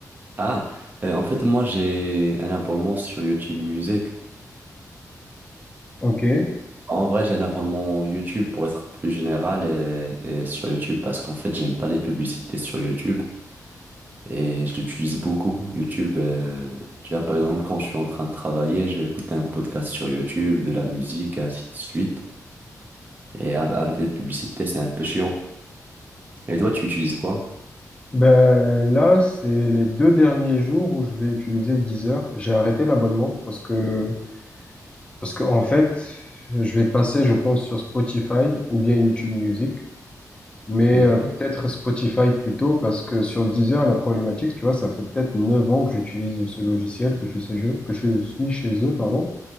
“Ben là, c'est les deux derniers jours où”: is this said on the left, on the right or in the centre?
Left